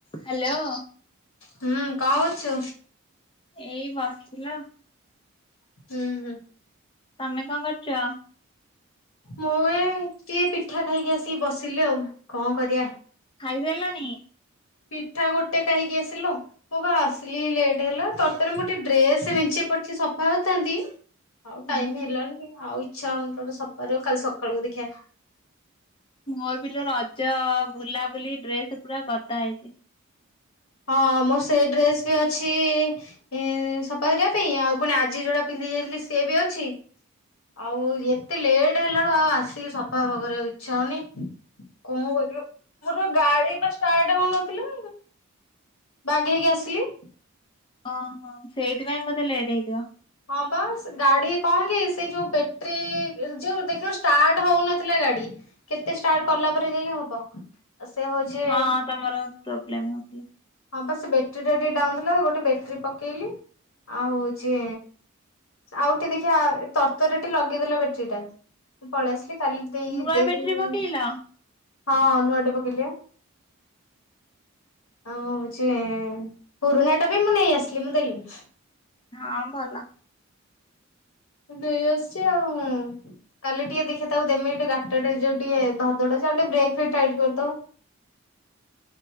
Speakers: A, on the left; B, on the left.
A: Hello
B: ହୁଁ କଣ କରୁଛୁ?
A: ଏଇ ବସିଥିଲ।
B: ହୁଁ ହୁଁ।
A: ତମେ କଣ କରୁଛ?
B: ମୁଁ ଏ ଟିକେ ପିଠା ଖାଇକି ଆସିକି ବସିଲି ଆଉ କଣ କରିବା?
A: ଖାଇସାରିଲାଣି?
B: ପିଠା ଗୋଟେ କାହିକି ଆସିଲୁ। ମୁଁ ବା ଆସିଲି ଲେଟ ହେଲା। ତର ତର ରେ ମୁଁ ଟିକେ ଡ୍ରେସ ମେଞ୍ଚେଇ ପଡିଚି ସଫା କରିଥାନ୍ତି। ହଉ
A: ହୁଁ
B: ଟାଇମ
A: ହୁଁ
B: ହେଲାନି ଆଉ ଇଚ୍ଛା ହଉନି ତାକୁ ସଫା କରିବାକୁ କାଲି ସକାଳ କୁ ଦେଖିବା।
A: ମୋର ବି ଲୋ ରଜ ବୁଲାବୁଲି ଡ୍ରେସ ପୁରା ଗଦା ହେଇଛି।
B: ହଁ ମୋର ସେଇ ଡ୍ରେସ ବି ଅଛି ଏ ସଫା କରିବା ପାଇଁ ଆଉ ପୁଣି ଆଜି ଯୋଉଟା ପିନ୍ଧି ଯାଇଥିଲି ସିଏ ବି ଅଛି। ଆଉ ଏତେ ଲେଟ୍ ହେଲାଳୁ ଆଉ ଆସିକି ସଫାଫଫା କରିବାକୁ ଇଚ୍ଛା ହଉନି କଣ କରିବ ମୋର ଗାଡି ଷ୍ଟାର୍ଟ ହଉନଥିଲା ବାଗେଇକି ଆସିଲି।
A: ଓହୋ ସେଇଥିପାଇଁ ବୋତେ ଲେଟ୍ ହେଇଥିବ।
B: ହଁ ବାସ୍ ଗାଡି କଣ କି ସେଇ ଯୋଉ ବେଟେରୀ ଯୋଉ ଦେଖିବ ଷ୍ଟାର୍ଟ ହଉନଥିଲା ଗାଡି। କେତେ ଷ୍ଟାର୍ଟ କଲା ପରେ ଯାଇକ ହବ। ସେ ହଉଛି
A: ହଁ ତମର ପ୍ରୋବ୍ଲେମ ହଉଥିଲା।
B: ହଁ ବା ସେ ବ୍ୟାଟେରୀ ଟା ଟିକେ ଡାଉନ ଥିଲା ଗୋଟେ ବ୍ୟାଟେରୀ ପକେଇଲି। ଆଉ ହଉଛି ଆଉଠି ଦେଖିବା ତରତରରେ ଟିକେ ଲଗେଇଦେଲା ବ୍ୟାଟେୀ ଟା ମୁଁ ପଳେଇ ଆସିଲି। ଚାଲି ଦେଇ
A: ନୂଆ
B: ଦେଇ
A: ବ୍ୟାଟେରୀ
B: ଦେଇେଇବି
A: ପକେଇଲ
B: ହଁ ନୂଆଟେ ପକେଇିଲିଆ। ଆଉ ହଉଛି ପୁରୁଣା ଟା ବି ମୁଁ ନେଇ ଆସିଲି ମୁଁ ଦେଲିନି।
A: ହଁ ଭଲ।
B: ଦଇ ଆସିଛି ଆଉ। କାଲି ଟିକେ ଦେଖ ତାକୁ ଦେମି ଟିକେ ଗାଟରେ ଯୋଉ ଟିକେ ଧଡ ଧଡ ହେଉଛି ଆଉ ଟେକେ ବ୍ରେକ୍ ଟିକେ ଟାଇଟ୍ କରିଦେବ।
A: <inaudible>